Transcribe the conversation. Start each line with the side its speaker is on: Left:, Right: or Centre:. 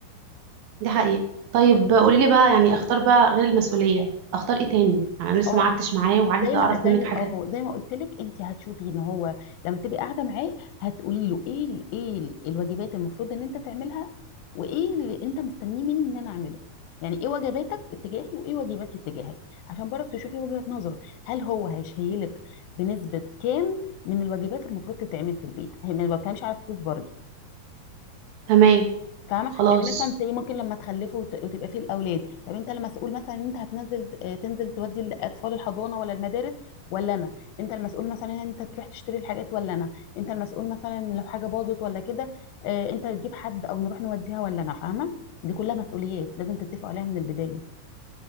Right: دي حقيقة طيب قولي لي بقى يعني اختار بقى غير المسؤولية اختار ايه تاني يعني انا لسه
Left: اه
Right: ما قعدتش معاه وعايزة
Left: زي ما
Right: اعرف
Left: زي
Right: منك حاجة
Left: اه زي ما قلت لك انت هتشوفي ان هو لما تبقي قاعده معاه هتقولي له ايه ال- ايه ال- الواجبات المفروض ان انت تعملها وايه اللي انت مستنيه مني ان انا اعمله يعني ايه واجباتك اتجاهي وايه واجباتي اتجاهك عشان برضك تشوفي وجهة نظره هل هو هيشيلك بنسبه كام من الواجبات المفروض تتعمل في البيت هي ما بتكلمش على الفلوس برضه
Right: تمام
Left: فاهمه
Right: خلاص
Left: يعني مثلا زي ممكن لما تخلفوا وت- وتبقى فيه الاولاد طب انت المسؤول مثلا ان انت هتنزل آه، تنزل تودي الاطفال الحضانه ولا المدارس ولا انا انت المسؤول مثلا ان انت تروح تشتري الحاجات ولا انا انت المسؤول مثلا إن لو حاجه باظت ولا كده آه، انت تجيب حد او نروح نوديها ولا انا فاهمه دي كلها مسؤوليات لازم تتفقوا عليها من البدايه